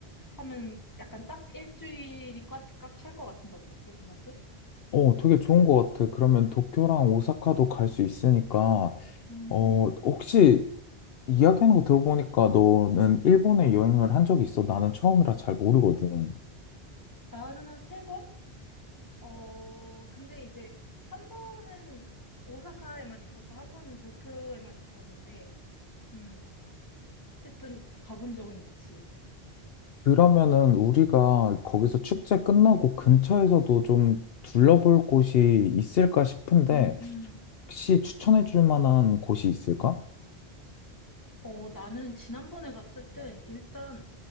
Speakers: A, on the left (about 20°); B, on the left (about 70°).
A: 하면 약간 딱 일주일이 꽉꽉 찰 것 같은데 어떻게 생각해?
B: 어, 되게 좋은 것 같아. 그러면 도쿄랑 오사카도 갈 수 있으니까,
A: 음,
B: 어,
A: 음.
B: 혹시 이야기하는 거 들어보니까 너는 일본에 여행을 한 적이 있어? 나는 처음이라 잘 모르거든.
A: 나는 한 세 번? 어, 근데 이제 한 번은 오사카에만 있었고 한 번은 도쿄에만 있었는데 음, 어쨌든 가본 적은 있지.
B: 그러면은 우리가 거기서 축제 끝나고 근처에서도 좀 둘러볼 곳이 있을까 싶은데
A: 음, 음.
B: 혹시 추천해 줄 만한 곳이 있을까?
A: 어, 나는 지난번에 갔을 땐 일단